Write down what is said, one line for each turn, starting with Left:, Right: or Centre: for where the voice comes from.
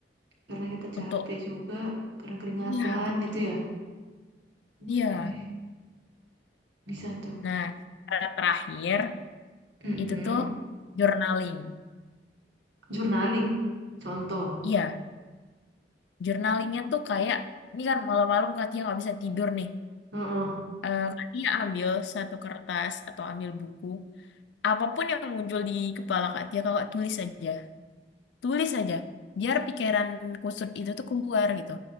Right: Karena kita capek
Left: untuk
Right: juga, karena keringatan
Left: iya betul
Right: gitu ya. Oke,
Left: iya
Right: bisa tuh.
Left: nah cara terakhir
Right: Mm-mm.
Left: itu tuh journaling
Right: Journaling, contoh.
Left: iya journalingnya tuh kayak ini kan malam-malam Katia nggak bisa tidur nih
Right: Heeh.
Left: Eh Katia ambil satu kertas atau ambil buku apapun yang muncul di kepala Kak Tia, kakak tulis aja. tulis aja biar pikiran kusut itu tuh keluar gitu